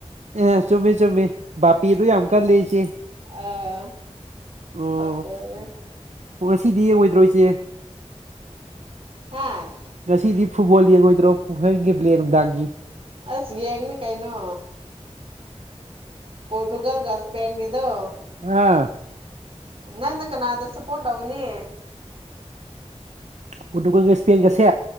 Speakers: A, on the right; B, on the right.
A: ꯑꯦ ꯆꯨꯝꯃꯦ ꯆꯨꯝꯃꯦ ꯕꯥꯄꯤꯗꯨꯏ ꯌꯥꯝ ꯀꯜꯂꯦ ꯏꯆꯦ
B: ꯑꯥ
A: ꯑꯣ
B: ꯕꯥꯄꯦꯅ
A: ꯍ ꯉꯁꯤꯗꯤ ꯑꯣꯏꯗ꯭ꯔꯣꯏꯁꯦ
B: ꯍꯥꯥ
A: ꯉꯁꯤꯗꯤ ꯐꯨꯠꯕꯣꯜ ꯌꯦꯡꯉꯣꯏꯗ꯭ꯔꯣ ꯐ ꯍꯦꯟꯒꯤ ꯄ꯭ꯂꯦ ꯅꯨꯡꯗꯥꯡꯒꯤ
B: ꯑꯁ ꯌꯦꯡꯅꯤ ꯀꯩꯅꯣ ꯄꯣꯔꯇꯨꯒꯜꯒ ꯏꯁꯄꯦꯟꯒꯗꯣ
A: ꯑꯥ
B: ꯅꯪꯅ ꯀꯅꯥꯗ ꯁꯞꯄꯣꯔꯠ ꯇꯧꯒꯅꯤ
A: ꯄꯣꯔꯇꯨꯒꯜꯒ ꯏꯁꯄꯦꯟꯒꯁꯦ